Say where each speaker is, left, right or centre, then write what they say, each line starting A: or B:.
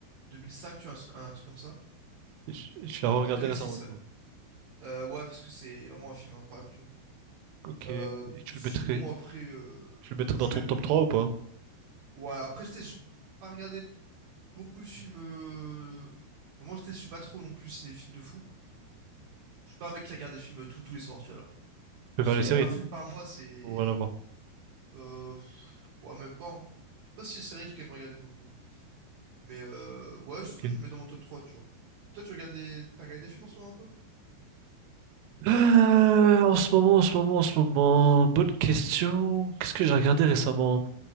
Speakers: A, on the right; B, on the right.
A: 2005, tu vois, un, un truc comme ça.
B: Je, je l'ai regardé
A: Euh, 2006,
B: récemment.
A: ouais. Euh, ouais, parce que c'est vraiment un film incroyable, tu vois.
B: Ok.
A: Euh,
B: Et
A: puis
B: tu le
A: sinon,
B: mettrais?
A: après, euh,
B: Tu le mettrais
A: je
B: dans ton
A: vais...
B: top 3 ou pas?
A: Ouais, après, je sais, j'ai pas regardé beaucoup de films... Euh... Vraiment, je sais, je suis pas trop non plus cinéphile de fou. Je suis pas un mec qui regarde des films euh, tout, tous les soirs, tu vois, alors.
B: Je
A: Si
B: préfère les
A: je
B: séries.
A: regarde un film par mois, c'est...
B: On va la voir.
A: Euh... pff, Ouais, même pas, hein. Pas si les séries, j'ai quand même regardé beaucoup. Mais euh... ouais, sinon,
B: Ok.
A: je le mets dans mon top 3 tu vois. Toi, tu regardes des... T'as regardé des films en ce moment un peu?
B: Euh, en ce moment, en ce moment, en ce moment, bonne question. Qu'est-ce que j'ai regardé récemment?